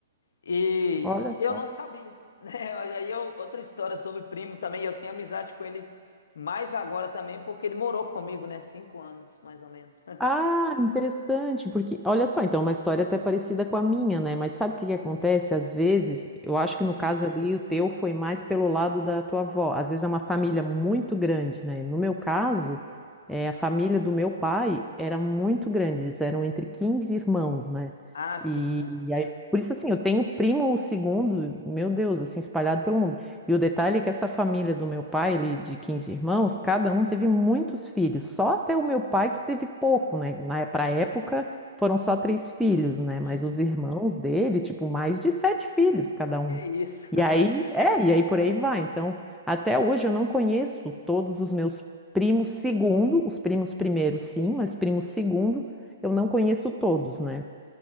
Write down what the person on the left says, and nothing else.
E
eu
não sabia, né? <laughs> Aí eu- outra história sobre primo também, eu tenho amizade com ele mais agora também, porque ele morou comigo, né? Cinco anos, mais ou menos. <laughs>
Ah, sim,
tanto
mesmo.
Uhum.
Que isso.
<laughs>